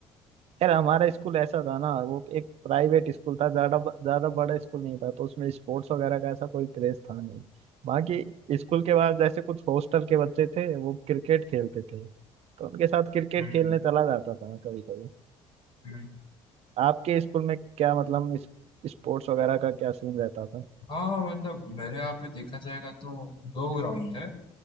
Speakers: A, on the right; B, on the left.
A: यार हमारा स्कूल ऐसा था ना वो एक प्राइवेट स्कूल था ज्यादा ज्यादा बड़ा स्कूल नहीं था तो उसमें स्पोर्ट्स वगैरह का ऐसा कोई क्रेज था नहीं बाकी स्कूल के बाद जैसे कुछ हॉस्टल के बच्चे थे वो क्रिकेट खेलते थे तो उनके साथ क्रिकेट
B: हम्म
A: खेलने
B: हम्म।
A: चला जाता था मैं कभी कभी
B: हम्म।
A: आपके स्कूल में क्या मतलब इस, स्पोर्ट्स वगैरह का क्या सीन रहता था
B: हाँ मतलब मेरे यहाँ पे देखा जाएगा तो दो ग्राउंड थे